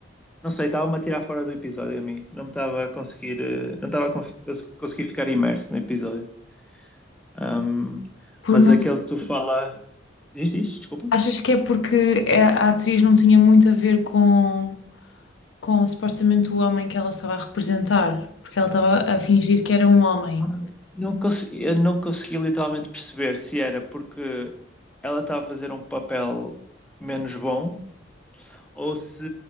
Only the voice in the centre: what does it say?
Não sei, estava-me a tirar fora do episódio a mim. Não me estava a conseguir, eh, não estava a conf- a conseguir ficar imerso no episódio. Ahm,
mas
aquele que tu fala. Diz, diz, desculpa.
Ah, Não consegui, eu não consegui literalmente perceber se era porque ela estava a fazer um papel menos bom ou se,